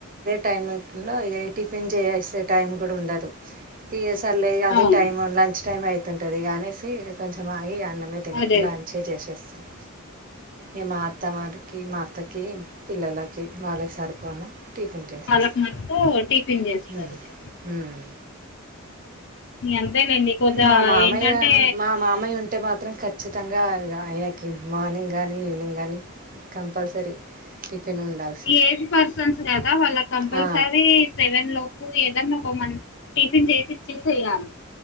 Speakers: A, on the right (about 40°); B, on the left (about 55°).
A: టైం అయితుందా ఏ టిఫిన్ చేసే టైం కూడా ఉండదు ఇగ సర్లే అది
B: అవును
A: టైం లంచ్ టైం అయితుంటది అనేసి కొంచెం ఆగి అన్నమే
B: అదే
A: లంచే చేసేస్తాను ఇగ మా అత్త వారికి మా అత్త కి పిల్లలకి వాళ్ళకి సరిపోను టిఫిన్ చేసేస్తాం.
B: వాళ్ళకు మొత్తం టిఫిన్ చేస్తరు
A: హ్మ్.
B: ఇగ
A: హ్మ్.
B: అంతే లేండి కొద్ది
A: మా మామయ్య
B: ఏంటంటే
A: మా మామయ్య ఉంటే మాత్రం ఖచ్చితంగా ఆయనకి మార్నింగ్ గానీ ఈవినింగ్ గానీ కంపల్సరీ టిఫిన్ ఉండాలి
B: ఏజ్ పర్సన్స్ కదా వాళ్ళకి కంపల్సరీ
A: ఆ!
B: సెవెన్ లోపు ఏదన్నా ఒక మం టిఫిన్ చేసి ఇచ్చేయాలి